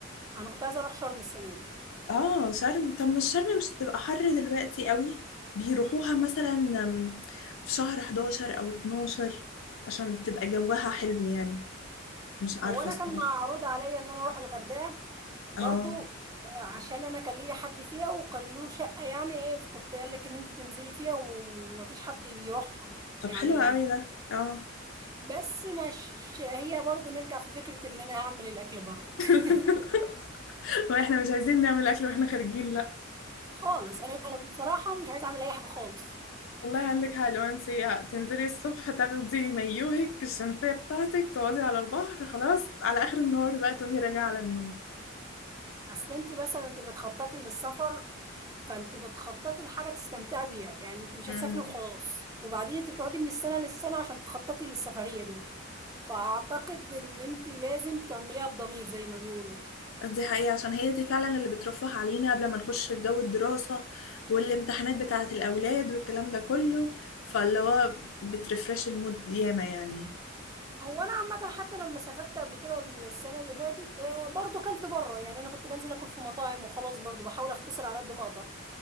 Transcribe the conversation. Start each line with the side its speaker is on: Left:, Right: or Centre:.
Right: أنا كنت عايزة أروح شرم السنة دي
Left: اه شرم طب مش شرم مش تبقى حر دلوقتي قوي بيروحوها مثلا أم، في شهر 11 او 12 عشان تبقى جوها حلو يعني مش عارفة
Right: هو أنا
Left: الصراحة
Right: كان معروض عليا إن أنا أروح الغردقة برضو
Left: اه
Right: آه، عشان أنا كان ليا حد فيها وكان له شقة يعني إيه فكنت قال لك إن أنت تنزلي فيها ومفيش حد بيروحها
Left: طب
Right: يعني
Left: حلو قوي ده اه
Right: بس مش هي برضو نرجع في فكرة إن أنا هعمل الأكل برضو
Left: <laughs>
Right: <laughs>
Left: واحنا مش عايزين نعمل اكل واحنا خارجين لا
Right: خالص أنا أنا بصراحة مش عايزة أعمل أي حاجة خالص
Left: والله عندك حق لو انت تنزلي الصبح تاخدي مايوهك الشمسية بتاعتك تقعدي على البحر خلاص على اخر النهار بقى تقومي راجعة على النوم
Right: اصل انت مثلا انت بتخططي للسفر فانت بتخططي لحاجه تستمتعي بيها يعني انت مش
Left: امم
Right: هتسافري وخلاص وبعدين انت بتقعدي من السنه للسنه عشان تخططي للسفريه دي فاعتقد ان انت لازم تعمليها بضمير زي ما بيقولوا
Left: دي حقيقة عشان هي دي فعلا اللي بترفه علينا قبل ما نخش في جو الدراسة والامتحانات بتاعة الأولاد والكلام ده كله فاللي هو بترفرش المود ياما يعني
Right: هو انا عامه حتى لما سافرت قبل كده السنه اللي فاتت آه، برضو كلت بره يعني انا كنت بنزل اكل في مطاعم وخلاص برضو بحاول اختصر على قد ما اقدر